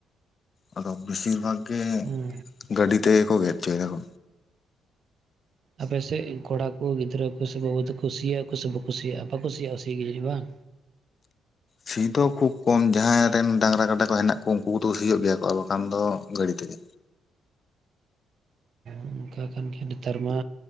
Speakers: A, on the left; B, on the right.
A: ᱟᱫᱚ ᱵᱮᱥᱤᱨ ᱵᱷᱟᱜᱽ ᱜᱮ
B: ᱦᱩᱸ
A: ᱜᱟᱹᱰᱤ ᱛᱮᱜᱮ ᱠᱚ ᱜᱮᱫ ᱦᱚᱪᱚᱭ ᱫᱟᱠᱚ᱾
B: ᱟᱯᱮᱥᱮᱫ ᱠᱚᱲᱟ ᱠᱚ ᱜᱤᱫᱽᱨᱟᱹ ᱠᱚ ᱥᱮ ᱵᱟᱹᱵᱩ ᱛᱟᱠᱚ ᱠᱩᱥᱤᱭᱟᱜ ᱠᱚ ᱥᱮ ᱵᱟᱠᱩ ᱥᱤᱭᱟᱜᱼᱟ ᱵᱟᱠᱚ ᱠᱩᱥᱤᱭᱟᱜᱼᱟ ᱥᱤᱜᱮ ᱡᱟᱹᱱᱤᱡ ᱵᱟᱝ
A: ᱥᱤ ᱫᱚ ᱠᱷᱩᱵ ᱠᱚᱢ ᱡᱟᱦᱟᱸᱭ ᱨᱮᱱ ᱰᱟᱝᱨᱟ ᱠᱟᱰᱟ ᱠᱚ ᱦᱮᱱᱟᱜ ᱠᱚ ᱩᱱᱠᱩ ᱠᱚᱫᱚ ᱥᱤᱭᱳᱜ ᱜᱮᱭᱟ ᱠᱚ ᱟᱨ ᱵᱟᱠᱷᱟᱱ ᱫᱚ ᱜᱟᱹᱲᱤ ᱛᱮᱜᱮ᱾
B: ᱚᱱᱠᱟ ᱠᱟᱱ ᱜᱮ ᱱᱮᱛᱟᱨ ᱢᱟ